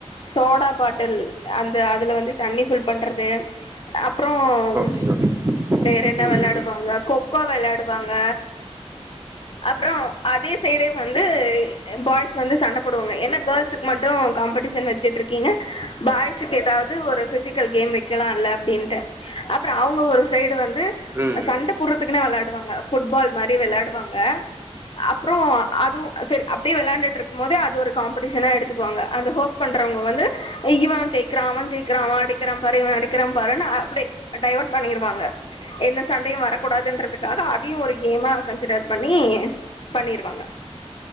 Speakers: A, on the left; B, on the right.
A: soda bottle அந்த அதுல வந்து தண்ணி ஃபுல் பண்றது அப்றோ
B: ஓகே
A: ம்
B: ஓகே
A: வேறென்ன
B: ம் ம் ம் ம் ம் ம்
A: வெளாடுவாங்க கொக்கோ வெளாடுவாங்க அப்றோ அதே சைடே வந்து பாய்ஸ் வந்து சண்ட போடுவாங்க ஏன்னா கேர்ள்ஸுக்கு மட்டு காம்படிஷன் வச்சுட்டு இருக்கீங்க பாய்ஸுக்கு ஏதாவுது ஒரு பிசிக்கல் கேம் வெக்கலால்ல அப்டின்ட்டு அப்ரோ அவுங்க ஒரு சைடு வந்து
B: ம்
A: சண்ட போட்றத்துக்குன்னே வெளயாடுவாங்க ஃபுட்பால் மாரி வெளயாடுவாங்க அப்ரோ அதுவு சேரி அப்டியே வெளான்டுட்ருக்கு போதே அது ஒரு காம்படிஷனா எடுத்துக்குவாங்க அந்த ஹோஷ் பண்றவங்க வந்து இவா ஜெய்க்றா அவே ஜெய்க் றா அவே அடிக்கிறா பாரு இவே அடிக்கிறா பாருனு அப்டி டைவர்ட் பண்ணிருவாங்க எந்த சண்டையு வரக்கூடாதுன்றதுக்காக அதயு ஒரு கேமா கன்சிடர் பண்ணி பண்ணிருவாங்க